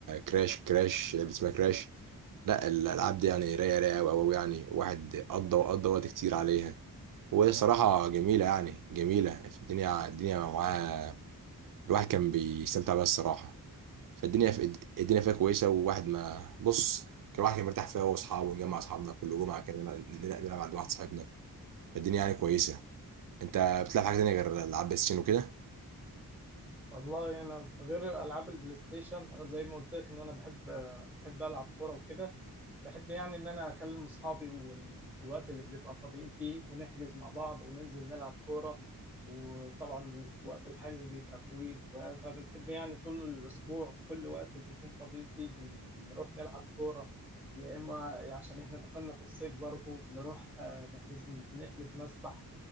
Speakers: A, on the right (about 60°); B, in the centre.
A: كراش كراش لعبه اسمها كراش لا الالعاب دي يعني رايقه رايقه قوي قوي يعني واحد قضى وقضى وقت كتير عليها وهي صراحة جميلة يعني جميلة في الدنيا الدنيا معاها الواحد كان بيستمتع بيها الصراحة فالدنيا في الدنيا فيها كويسة وواحد ما بص كان الواحد كان مرتاح فيها هو وأصحابه ونجمع أصحابنا كل جمعة كده نلعب نلعب عند واحد صاحبنا فالدنيا يعني كويسة أنت بتلعب حاجة تانية غير ألعاب بلاي ستيشن وكده؟
B: والله انا غير العاب البلاي ستيشن زي ما قلت لك ان انا بحب بحب العب كوره وكده بحب يعني إن أنا أكلم أصحابي وفي الوقت اللي بنبقى فاضيين فيه ونحجز مع بعض وننزل نلعب كورة وطبعا وقت الحجز بيبقى طويل و- فبنحب يعني طول الأسبوع كل وقت بنكون فاضيين فيه بنروح نلعب كورة يا إما عشان إحنا دخلنا في الصيف برضه نروح آه، نحجز نحجز مسبح